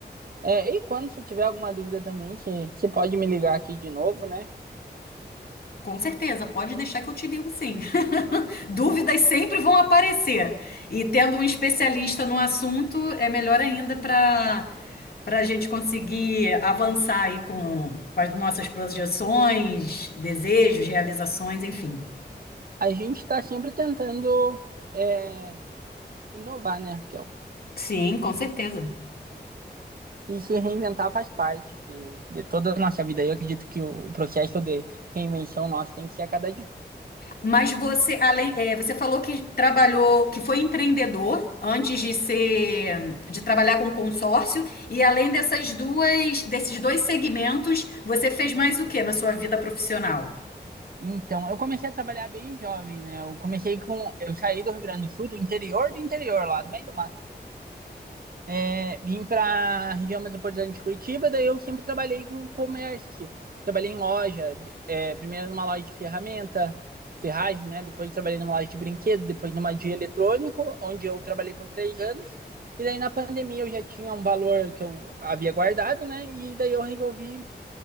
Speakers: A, on the right (about 55°); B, on the left (about 60°).
A: É, e quando você tiver alguma dúvida também, que você pode me ligar aqui de novo, né?
B: Com certeza, pode deixar que eu te ligo sim. <laughs> Dúvidas sempre vão aparecer. E tendo um especialista no assunto, é melhor ainda para para a gente conseguir avançar aí com, com as nossas projeções, desejos, realizações, enfim.
A: A gente está sempre tentando é, inovar, né, Raquel?
B: Sim, com certeza.
A: E se reinventar faz parte de, de toda a nossa vida. Eu acredito que o processo de reinvenção nosso tem que ser a cada dia.
B: Mas você, além, é, você falou que trabalhou, que foi empreendedor antes de ser, de trabalhar com consórcio, e além dessas duas, desses dois segmentos, você fez mais o que na sua vida profissional?
A: Então, eu comecei a trabalhar bem jovem, né? Eu comecei com. Eu saí do Rio Grande do Sul, do interior do interior, lá do meio do mato é, vim para a região metropolitana de Curitiba, daí eu sempre trabalhei com comércio. Trabalhei em loja, é, primeiro numa loja de ferramenta, ferragem, né? Depois trabalhei numa loja de brinquedo, depois numa de eletrônico, onde eu trabalhei por três anos. E daí na pandemia eu já tinha um valor que eu havia guardado, né? E daí eu resolvi